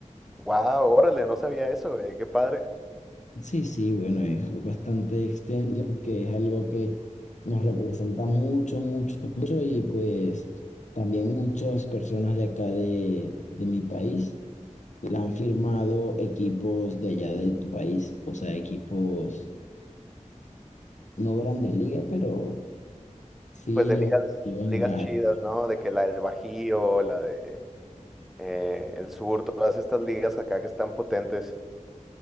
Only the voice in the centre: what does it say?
Wow, órale, no sabía eso, güey. Qué padre.
Pues de
ligas,
ligas
chidas, ¿no? De que la del Bajío, la de eh, el Sur, todas estas ligas acá que están potentes,